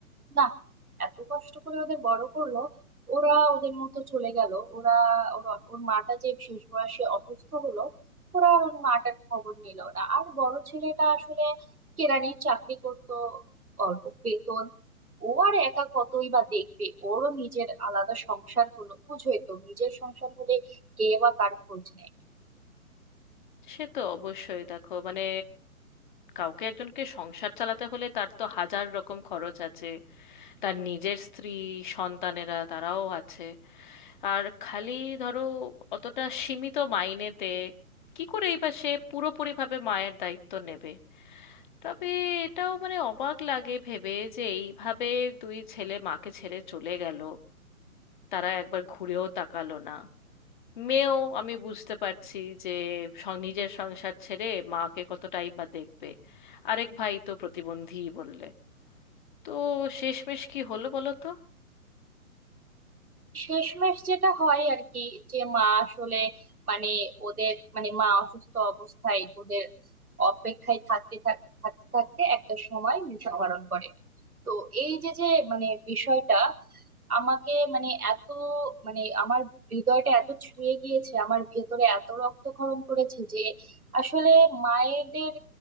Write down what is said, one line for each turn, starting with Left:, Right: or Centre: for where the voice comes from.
Right: না এত কষ্ট করে ওদের বড় করলো ওরা ওদের মতো চলে গেল ওরা ওর ওর মাটা যে শেষ বয়সে অসুস্থ হলো ওরা আর ওর মাটার খবর নিল না আর বড় ছেলেটা আসলে কেরানির চাকরি করত অল্প বেতন ও আর একা কতই বা দেখবে ওরও নিজের আলাদা সংসার হলো বুঝোই তো নিজের সংসার হলে কে বা কার খোঁজ নেয়
Left: সে তো অবশ্যই দেখো মানে কাউকে একজনকে সংসার চালাতে হলে তার তো হাজার রকম খরচ আছে তার নিজের স্ত্রী সন্তানেরা তারাও আছে আর খালি ধরো অতটা সীমিত মাইনেতে কি করেই বা সে পুরোপুরিভাবে মায়ের দায়িত্ব নেবে তবে এটাও মানে অবাক লাগে ভেবে যে এইভাবে দুই ছেলে মাকে ছেড়ে চলে গেল তারা একবার ঘুরেও তাকালো না মেয়েও আমি বুঝতে পারছি যে সং- নিজের সংসার ছেড়ে মাকে কতটাই বা দেখবে আরেক ভাই তো প্রতিবন্ধীই বললে তো শেষমেশ কি হলো বলো তো
Right: শেষমেশ যেটা হয় আর কি যে মা আসলে মানে ওদের মানে মা অসুস্থ অবস্থায় ওদের অপেক্ষায় থাকতে থাকতে থাকতে থাকতে একটা সময় মৃত্যুবরণ করে তো এই যে যে মানে বিষয়টা আমাকে মানে এত মানে আমার হৃদয়টা এত ছুঁয়ে গিয়েছে আমার ভেতরে এত রক্তক্ষরণ করেছে যে আসলে মায়েদের